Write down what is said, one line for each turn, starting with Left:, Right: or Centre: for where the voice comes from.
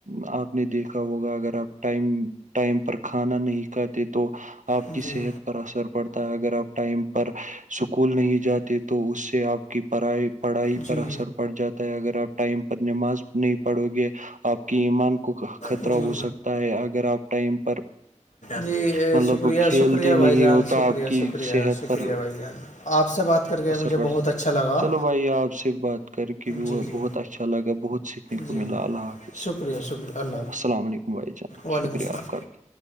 Right: آپ نے دیکھا ہوگا اگر آپ ٹائم ٹائم پر کھانا نہیں کھاتے تو آپ
Left: جی
Right: کی صحت پر اثر پڑتا ہے اگر آپ ٹائم پر اسکول نہیں جاتے تو اس سے آپ کی پڑھائی پڑھائی
Left: جی جی
Right: پر اثر پڑ جاتا ہے اگر آپ ٹائم پر نماز نہیں پڑو گے آپ کی ایمان کو خطرہ
Left: جی جی
Right: ہو سکتا ہے اگر آپ ٹائم پر
Left: جی
Right: مطلب
Left: شکریہ
Right: کھیلتے
Left: شکریہ
Right: نہیں
Left: بھائی جان
Right: ہوتا
Left: شکریہ
Right: آپ کی
Left: شکریہ
Right: صحت
Left: شکریہ
Right: پر
Left: بھائی جان آپ سے بات کر کے
Right: اثر
Left: مجھے
Right: پڑ
Left: بہت اچھا لگا
Right: چلو بھائی آپ سے بات کر کے بھی وہ
Left: جی جی
Right: بہت اچھا اچھا لگا بہت سیکھنے کو
Left: جی
Right: ملا اللہ حافظ
Left: شکریہ شکریہ اللہ <unintelligible>
Right: السلام علیکم بھائی جان
Left: وعلیکم
Right: شکریہ
Left: السلام
Right: آپ کا بھی